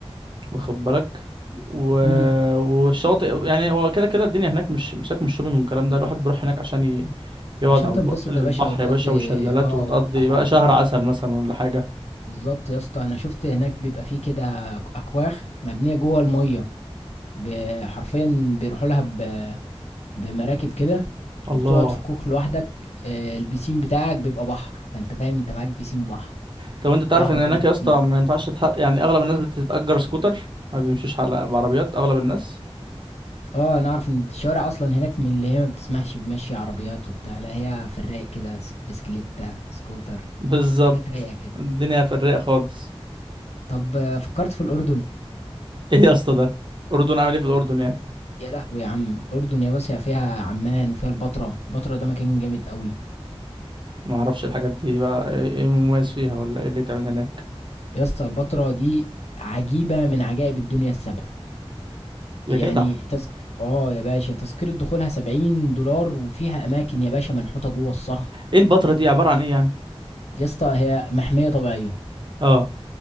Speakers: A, on the right; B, on the left.
A: واخد بالك و...
B: امم
A: والشواطئ يعني هو كده كده الدنيا هناك مش مساك من الشوبينج والكلام ده الواحد بيروح هناك عشان ي... يقعد
B: عشان
A: على
B: تنبسط
A: الب... البحر
B: يا باشا وتقضي
A: يا باشا وشلالات
B: اه
A: وتقضي
B: وبحرك
A: بقى شهر عسل مثلا ولا حاجة
B: بالظبط يا اسطى انا شفت هناك بيبقى فيه كده اكواخ مبنيه جوه الميه ب- حرفيا بيروحوا لها ب- بمراكب كده وبتقعد
A: الله
B: في كوخ لوحدك آه، البيسين بتاعك بيبقى بحر فانت فاهم انت معاك بيسين بحر
A: طب انت تعرف
B: بحر
A: ان
B: كله
A: هناك يا
B: بيسين
A: اسطى ما ينفعش تح... يعني اغلب الناس بتتأجر سكوتر ما بيمشوش على بعربيات اغلب الناس
B: اه انا اعرف ان الشوارع اصلا هناك من اللي هي ما بتسمحش بمشي عربيات وبتاع لا هي في الرايق كده سك- بسكليتة سكوتر
A: <laughs> بالظبط
B: حاجات رايقه كده
A: الدنيا في الرايق خالص
B: طب آه، فكرت في الاردن
A: ايه يا اسطى ده الاردن عامل ايه في الاردن يعني
B: يا لهوي يا عم الاردن يا باشا فيها عمان وفيها البتراء البتراء ده مكان جامد قوي
A: ما اعرفش الحاجات دي بقى ايه إيه مميز فيها ولا ايه اللي يتعمل هناك
B: يا اسطى البتراء دي عجيبة من عجائب الدنيا السبع
A: يا
B: يعني
A: جدع
B: تسك... اه يا باشا تذكرة دخولها 70 دولار وفيها أماكن يا باشا منحوتة جوه الصخر
A: ايه البتراء دي عبارة عن ايه يعني
B: يا اسطى هي محمية طبيعية
A: اه